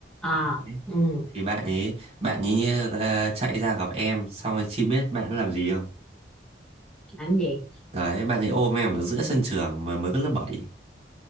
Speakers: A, in the centre; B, on the right.
A: à
B: đấy.
A: ừ,
B: thì bạn ấy bạn ấy ờ, chạy ra gặp em xong rồi chị biết bạn ấy làm gì không
A: làm gì
B: đấy bạn ấy ôm em ở giữa sân trường mà mới có lớp bảy,